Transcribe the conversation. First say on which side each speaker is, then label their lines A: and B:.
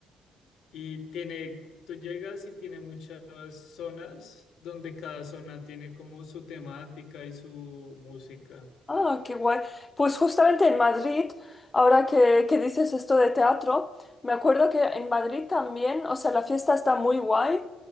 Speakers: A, on the left; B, on the left.
A: y tiene, tú llegas y tiene muchas zonas donde cada zona tiene como su temática y su música.
B: Ah, qué guay. Pues justamente en Madrid, ahora que, que dices esto de teatro, me acuerdo que en Madrid también, o sea, la fiesta está muy guay